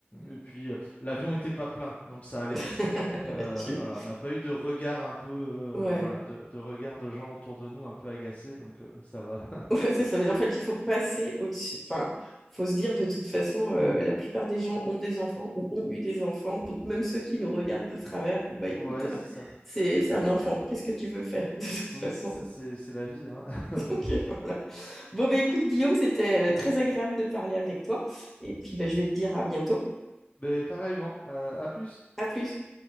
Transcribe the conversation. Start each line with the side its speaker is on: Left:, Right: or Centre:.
Left: et puis, euh, l'avion était pas plein, donc ça allait.
Centre: <laughs>
Left: Euh,
Centre: Tu-
Left: voilà, on n'a pas eu de regard un peu, euh,
Centre: Ouais.
Left: voilà, de, de regard de gens autour de nous un peu agacés, donc euh, ça va. <laughs>
Centre: <laughs> Ouais, c'est ça. Mais en fait, il faut passer au-dessus. Enfin, faut se dire de toute façon, euh, la plupart des gens ont des enfants ou ont eu des enfants. Donc, même ceux qui nous regardent de travers, bon, bah écoute,
Left: Ouais, c'est
Centre: hein,
Left: ça.
Centre: c'est c'est
Left: C'est,
Centre: un enfant. Qu'est-ce que tu veux faire <laughs> de toute façon?
Left: oui, c'est ça, c'est c'est la vie, hein. <laughs>
Centre: <laughs> Donc, euh, voilà. Bon, bah écoute, Guillaume, c'était euh, très agréable de parler avec toi. Et puis, bah, je vais te dire à bientôt.
Left: Mais pareillement, euh, à plus.
Centre: À plus.